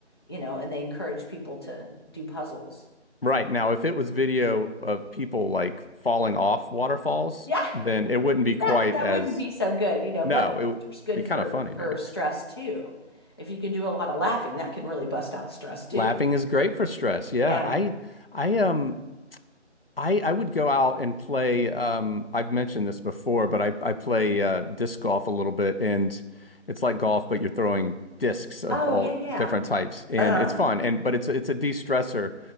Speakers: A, on the left; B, on the left.
A: you know, and they encouraged people to do puzzles.
B: Right. Now, if it was video of people like falling off waterfalls,
A: Yeah,
B: then it wouldn't be quite
A: that that
B: as,
A: wouldn't be so good, you know,
B: no,
A: but laughter's
B: it would
A: good
B: be kind
A: for
B: of funny
A: for
B: maybe.
A: stress too. If you can do a lot of laughing, that can really bust out stress too.
B: Laughing is great for stress. Yeah.
A: Yeah.
B: I, I, um, I, I would go out and play. Um, I've mentioned this before, but I, I play uh, disc golf a little bit, and it's like golf, but you're throwing discs of
A: Oh,
B: all
A: yeah, yeah.
B: different types, and
A: Uh-huh.
B: it's fun. And but it's it's a de-stressor